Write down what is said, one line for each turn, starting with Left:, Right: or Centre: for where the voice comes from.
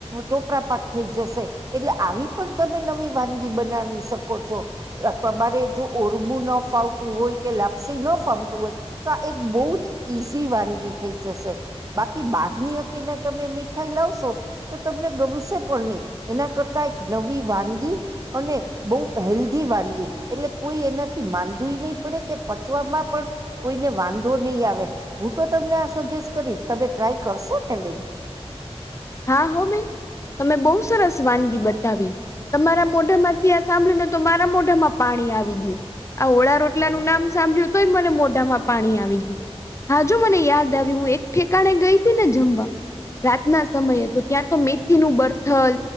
Right: ટોપરા પાક થઈ જશે એટલે આવી પણ તમે નવી વાનગી બનાવી શકો છો તમારે જો. ઓરમું ન ફાવતું હોય કે લાપ્સી ન ફામતું હોય તો આ એક બહુંજ ઈઝી વાનગી થઈ જશે બાકી બહારની હતી ને તમે મીઠાઈ લાવશો તો તમને ગમશે પણ નહી એના કરતા એક નવી વાનગી અને બહુ હેલ્ધી વાનગી એટલે કોઈ એનાથી માદુંએ નહી પડે કે પચવામાં પણ વાધો નહી આવે હુંતો સજેસ્ટ કરીશ. તમે ટ્રાય કરશો બેન?
Left: હા હો, બેન તમે બહુ સરસ વાનગી બતાવી. તમારા મોઢા માંથી આ સાંભળ્યું ને તો મારા મોઢામાં પાણી આવી ગયું. આ ઓળા રોટલા નું નામ સાંભળ્યું તોય મને મોઢામાં પાણી આવી ગયું. હાજો મને યાદ આવી. હું એક ઠેકાણે ગઈ હતી ને જમવા રાતના. સમયે તો ત્યાં તો મેથી નું બર્થલ.